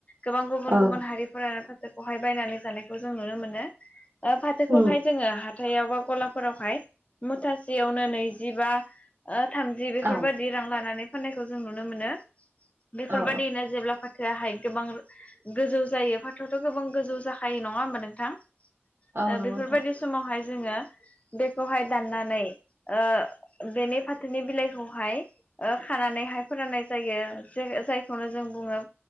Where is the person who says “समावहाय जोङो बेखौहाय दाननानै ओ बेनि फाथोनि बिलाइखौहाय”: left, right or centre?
Left